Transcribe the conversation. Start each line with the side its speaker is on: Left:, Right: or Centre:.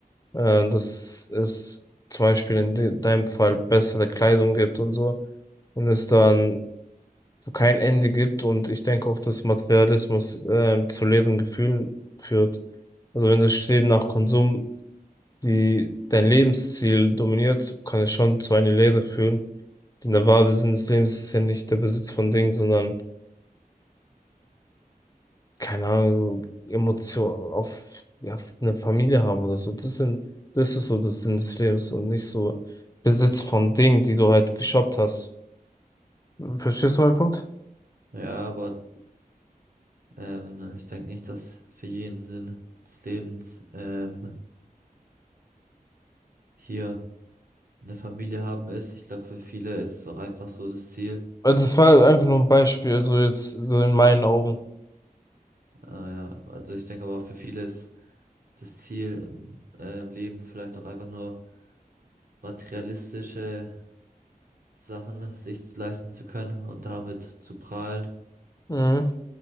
Left: Äh, das ist zum Beispiel in de deinem Fall bessere Kleidung gibt und so und es dann so kein Ende gibt und ich denke auch, dass Materialismus ähm, zu leeren Gefühlen führt. Also wenn das Streben nach Konsum die dein Lebensziel dominiert, kann es schon zu einer Leere führen. Denn der wahre Sinn des Lebens ist ja nicht der Besitz von Dingen, sondern keine Ahnung, so Emotionen auf, ja, auf eine Familie haben oder so. Das sind, das ist so das Sinn des Lebens und nicht so Besitz von Dingen, die du halt geshoppt hast. Verstehst du meinen Punkt?
Right: Ja, aber ähm, ne, ich denke nicht, dass für jeden Sinn des Lebens ähm, hier eine Familie haben ist. Ich glaube, für viele ist es auch einfach so das Ziel.
Left: Also das war halt einfach nur ein Beispiel, so jetzt, so in meinen Augen.
Right: Ah, ja, also ich denke aber für viele ist das Ziel im äh, Leben vielleicht auch einfach nur materialistische Sachen sich leisten zu können und damit zu prahlen.
Left: Mhm,